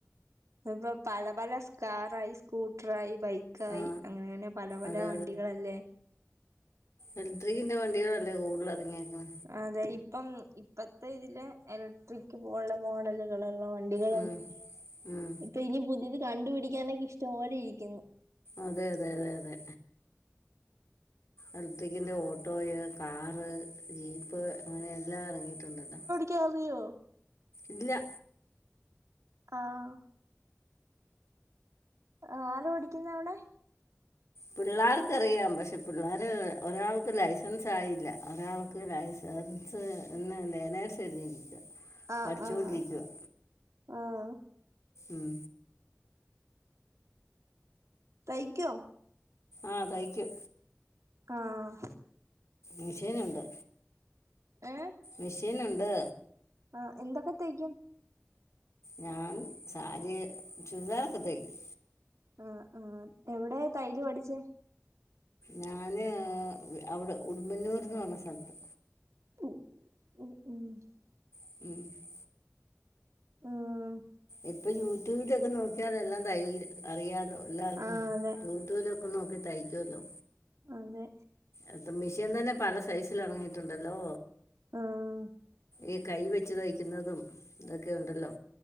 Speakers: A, on the right; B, on the left.
A: ഇപ്പൊ പല പലസ്കാറായി സ്കൂട്രായി ബൈക്കായി
B: ആ
A: അങ്ങനെ പല പല
B: അതെ
A: വണ്ടികളല്ലേ
B: ഇലക്ട്രിക്കിന്റെ വണ്ടികളല്ലേ കൂട്തൽ അറങ്യേക്ക്ണ്
A: അതെ ഇപ്പം ഇപ്പത്തെ ഇതില് എലക്ട്രിക്ക് പോലു മോഡലുകളുള്ളവണ്ടികളും
B: ഉം ഉം
A: ഇപ്പൊ ഇനി പുതിത് കണ്ടുപിടിക്കാനൊക്കെ ഇഷ്ടപോലെ ഇരിക്ക്ന്നു
B: അതെതെ അതെ അതെ എലക്ട്രിക്കിന്റെ ഓട്ടോയ് കാറ് ജീപ്പ് അങ്ങനെ എല്ലാം ഇറങ്ങിയിട്ടുണ്ടല്ലോ
A: ക്യറിയൊ
B: ഇല്ല
A: ആഹ് ആഹ ആലോഓടിക്കുന്നവിടെ
B: പിള്ളാർക്കറിയാം പക്ഷെ പിള്ളാർ ഒരാൾക്ക് ലൈസൻസ് ആയില്ല ഒരാൾക്ക് ലൈസൻസ് എന്ന ലേനേഴ്സ് എഴുതി ഇരിക്കുവാ
A: ആഹ്
B: പഠിച്ചുണ്ടിരികുവാ
A: ആഹ് ആഹ്
B: ഉം
A: തയ്ക്കോ
B: ആഹ് തയ്ക്യു
A: ആഹ്
B: മിഷ്യേനുണ്ട്
A: ഏ
B: മിഷീനുണ്ട്
A: ആഹ എന്തൊക്കെ തയ്ക്കും
B: ഞാൻ സാരി ചുദാറൊക്കെതയ്ക്കും
A: ആഹ് ആഹ് എവിടെതൈയല് പഠിച്ചേ
B: ഞാന് ഔടെ ഉടുമ്പന്നൂര് പറഞ്ഞ സ്ഥലത്ത്
A: <unintelligible>
B: <unintelligible>
A: ആഹ്
B: ഇപ്പൊ യൂട്യൂബിലൊക്കെ നോക്കിയാതെല്ലാം തെയ്യ്ഋഅറിയാലോ എല്ലാവർക്കും
A: ആഹ് അതെ
B: യൂട്യൂബിലൊക്കെ ഒന്ന്നോക്ക് തയ്ക്കുല്ലോ
A: അതെ
B: അത്തം മിഷീൻ തന്നെ പല സൈസിലറങ്ങിട്ടുണ്ടല്ലോ
A: ആഹ്
B: ഈ കൈ വെച്ച് തയ്ക്കുന്നതും ഒക്കെ ഉണ്ടല്ലോ